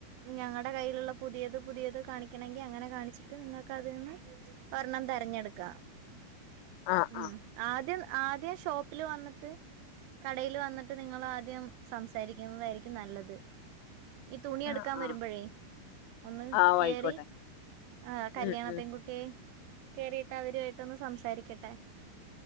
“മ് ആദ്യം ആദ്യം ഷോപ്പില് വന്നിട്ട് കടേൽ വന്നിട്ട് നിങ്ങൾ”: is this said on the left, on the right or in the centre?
Right